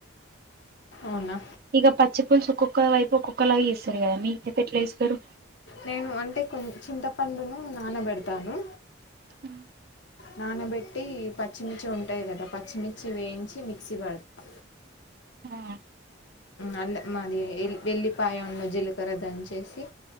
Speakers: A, on the left; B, on the right.
A: అవునా?
B: ఇక పచ్చి పులుసు ఒక్కొక్క వైపు ఒక్కొక్కలాగా చేస్తారు కదా మీకైతే ఎట్లా చేస్తారు
A: నేను అంటే కొ చింతపండును నానబెడతాను
B: ఉ
A: నానబెట్టి పచ్చిమిర్చి ఉంటాయి కదా పచ్చిమిర్చి వేయించి మిక్సీ పడతా
B: ఆ
A: అల్ల మాది వెళ్లి వెల్లిపాయ జీలకర్రా దంచి ఏసి